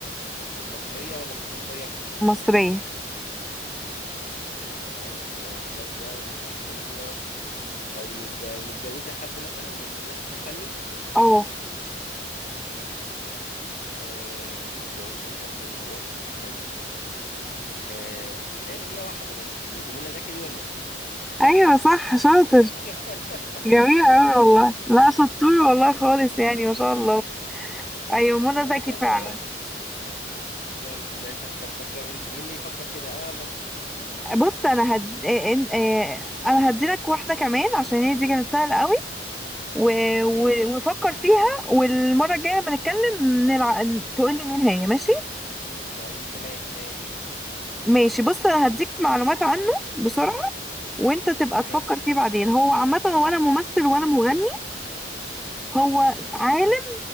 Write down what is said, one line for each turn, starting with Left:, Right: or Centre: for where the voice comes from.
Left: طب مصرية ولا مش مصرية
Centre: مصريه
Left: مصرية كانت شابة ومصرية طيب آه، متجوزة حد مثلا من الوسط الفني
Centre: اه
Left: آه، متجوزة حد من الوسط الفني آه، بيتهيألي هي واحدة بس دي دي منى زكي دي ولا ايه
Centre: ايوه صح شاطر
Left: <laughs>
Centre: جميل
Left: تمام
Centre: قوي والله لا شطور والله خالص يعني ما شاء الله ايوه منى
Left: مش
Centre: زكي
Left: انا
Centre: فعلا
Left: لا لا. طيب ماشي طب فكر انت مين اللي يفكر كده انا ولا انت
Centre: بص انا هد... إيه- إن- إيه، انا هديلك واحده كمان عشان هي دي كانت سهله قوي و...
Left: ماشي
Centre: و... وفكر فيها والمره الجايه لما نتكلم نلع... تقول لي مين هي ماشي
Left: طيب تمام ماشي
Centre: ماشي بص انا هديك معلومات عنه بسرعه وانت تبقى
Left: ماشي
Centre: تفكر فيه بعدين هو عامه هو انا ممثل وانا مغني هو عالم